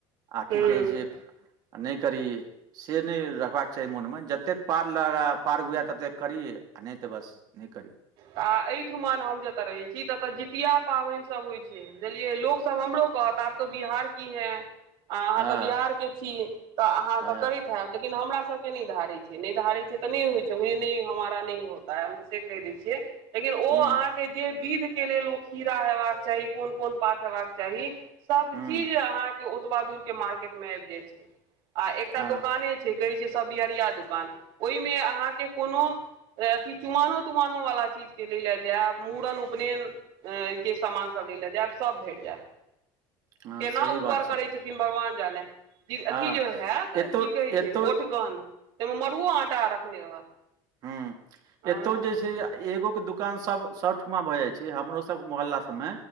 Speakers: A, on the right (about 40°); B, on the right (about 55°).
A: आ
B: हूँ
A: की कहै छै आ नहि करी से नहि रखबाक चाही मोनमे। जतेक पार लगे, पार हुए ततेक करी आ नहि तऽ बस नहि करी।
B: आ एहिठमअ हम जतय रहै छी ततअ जितिया पाबनिसभ होइत छै। बुझलियै लोक सब हमरो कहत आप तो बिहार की हैं आ अहाँ
A: हँ
B: तऽ बिहार के छी तऽ अहाँ
A: हँ
B: तऽ करैत हैब लेकिन हमरा सबके नहि धारै छै, नहि धारे छै तऽ नहि होइ छै। <unintelligible> नहि हमरा नहि होता है। हम तऽ से कहि दै छी। जे लेकिन ओ
A: हुँ
B: अहाँके जे विध के लेल ओ खीरा हेबाक चाही, कोन कोन पात हेबाक चाही चाही सभ
A: हुँ
B: चीज अहाँके ओतबा दूरके मार्केटमे आबि जाइ छै। आ एकटा
A: हँ
B: दोकाने से कहे छै सब बिहरिया दुकान। ओहिमे अहाँके कोनो अ-अथी चुमानो तुमानो नो वला चीज के लै लऽ जायब। मूड़न, उपनयन अए- के सामान सब लै लऽ जायब सभ भेट जायत।
A: हँ
B: केना
A: सही
B: ऊपर
A: बात
B: करै छै भगवान जाने। इ
A: हँ
B: अथी जे हैत
A: एतौ
B: कि कहै छै
A: एतौ
B: ओठगन ताहिमे मड़ुओ आँटा रखने रहत।
A: हुम्म,
B: हँ
A: एतौ जे छै एगो के दुकान सब सबठमा भऽ जाइ छै। हमरो सब मोहल्ला सबमे